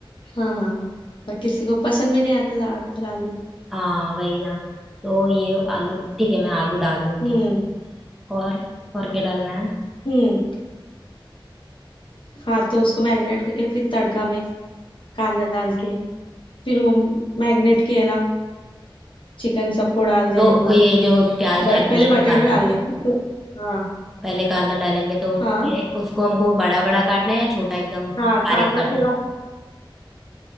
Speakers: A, on the left; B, in the centre.
A: हाँ हाँ, और किसी को पसंद भी नहीं आता ज्यादातर आलू
B: हाँ वही ना तो ये आलू ठीक है मैं आलू डाल दूंगी
A: हम्म
B: और और क्या डालना है
A: हम्म हाँ तो उसको मैरिनेट करके फिर तड़का में कांदा डाल के फिर वो मैरिनेट किया चिकन सबको डाल देने
B: तो
A: का
B: वो ये जो प्याज
A: ब,
B: डाल
A: पहले
B: लिया
A: बटाटा
B: कांदा
A: डालने का हाँ
B: पहले कांदा डालेंगे तो उसमें
A: हाँ
B: उसको हमको बड़ा बड़ा काटना है या छोटा एकदम बारीक
A: हाँ कांदा
B: काटना
A: थोड़ा
B: है